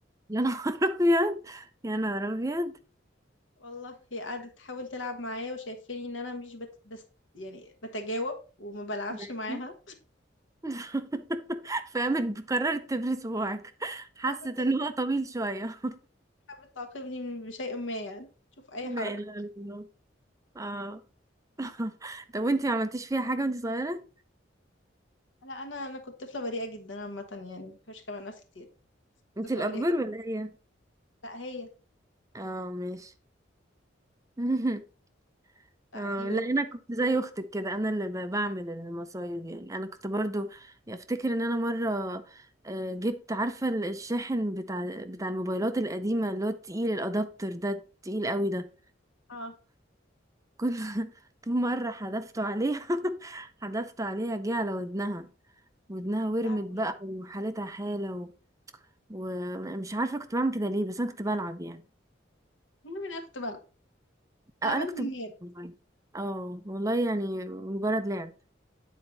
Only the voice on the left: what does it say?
والله هي قعدت تحاول تلعب معايا وشايفاني إن أنا مش بت... بس يعني بتجاوب وما بلعبش
معاها
حابة
حابة تعاقبني من- بشيء ما يعني شوف أي
حركة
لا أنا أنا كنت طفلة بريئة جدا عامة يعني ما بحبش كمان ناس كتير
طفلة
بريئة جدا
لا هي
لا
في
اه
لا وي
المهم إن أنا كنت بلعب بعمله
بالنيابة